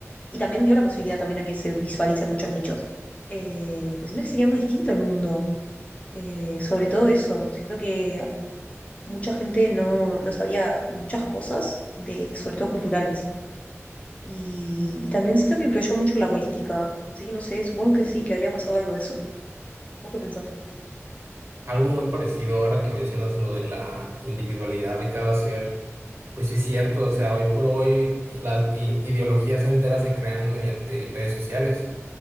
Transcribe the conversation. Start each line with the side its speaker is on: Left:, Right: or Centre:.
Left: Y también dio la posibilidad también a que se visualicen muchos nichos. Eh, pero siento que sería muy distinto el mundo, eh, sobre todo eso. Siento que mucha gente no, no sabría muchas cosas, de, sobre todo culturales. Y, y también siento que influyó mucho en la política. Así que no sé, supongo que sí, que habría pasado algo de eso. ¿Vos qué pensás?
Right: Algo muy parecido ahora que mencionas lo de la individualidad de cada ser, pues sí es cierto, o sea, hoy por hoy y las i- ideologías enteras se crean mediante redes sociales.